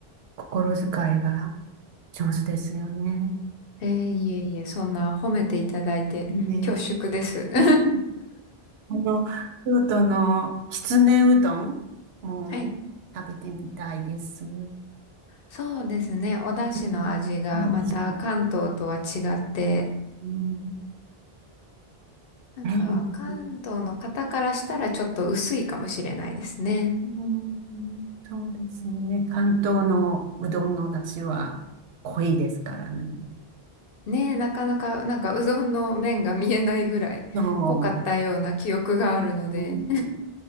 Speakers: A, on the right; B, on the left.
A: 心遣いが上手ですよね。
B: えー、いえいえ、そんな褒めていただいて恐縮です。
A: ね
B: <laughs>
A: え。<laughs> あの、京都のきつねうどんも食べてみたいです。
B: はい。
A: う
B: そうですね。お出汁の味がまた関東とは違って、
A: ん私うん
B: なんか関東の方からしたらちょっと薄いかもしれないですね。
A: ねうん、そうですね。関東のうどんの出汁は濃いですからね。
B: ねえ、なかなかなんかうどんの麺が見えないぐらい濃かったような記憶があるので。
A: そう。うん